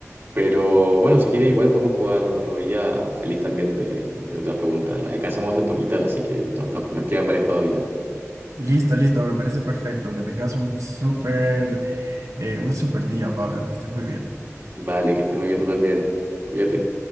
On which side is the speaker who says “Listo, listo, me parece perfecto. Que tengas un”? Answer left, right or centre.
Right